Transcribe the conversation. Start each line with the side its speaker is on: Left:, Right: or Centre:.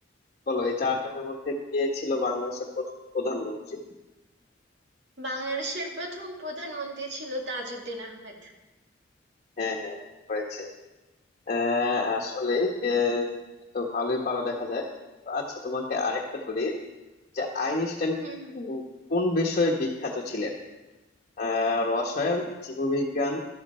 Left: বলো এই চারজনের মধ্যে কে ছিল বাংলাদেশের প্রথম প্রধানমন্ত্রী
Right: বাংলাদেশের প্রথম প্রধানমন্ত্রী ছিল তাজউদ্দিন আহমেদ
Left: হ্যাঁ হ্যাঁ হয়েছে আহ আসলে আহ, তো ভালোই পারো দেখা যায় তো আচ্ছা তোমাকে আরেকটা বলি যে আইনস্টাইন
Right: হুম হুম
Left: কো- কোন বিষয়ে বিখ্যাত ছিলেন আহ রসায়ন জীববিজ্ঞান